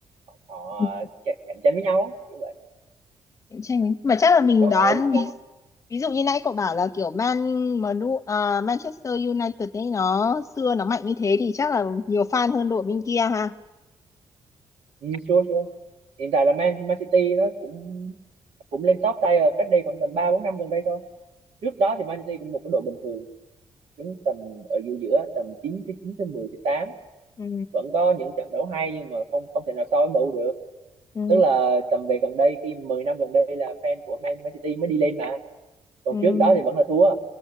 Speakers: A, on the right; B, on the left.
A: họ
B: Ừ.
A: chạy- cạnh tranh với nhau á, kiểu vậy
B: Cạnh tranh ấy. mà chắc là mình
A: còn
B: đoán ví
A: còn
B: ví dụ như nãy cậu bảo là kiểu Man Manu à, Manchester United ấy nó xưa nó mạnh như thế thì chắc là nhiều fan hơn đội bên kia ha.
A: Ừ, sure, sure. Hiện tại là Man, Man City nó cũng cũng lên top tier cách đây khoảng tầm 3 4 năm gần đây thôi. Trước đó thì Man City cũng một cái đội bình thường, đứng tầm ở giữa giữa tầm chín tới 9 tới 10 tới 8.
B: Ừ.
A: Vẫn có những trận đấu hay nhưng mà không không thể nào so với MU được.
B: Ừ.
A: Tức là tầm về gần đây khi 10 năm gần đây là fan của Man, Man City mới đi lên mà. Còn
B: Ừ.
A: trước đó thì vẫn là thua.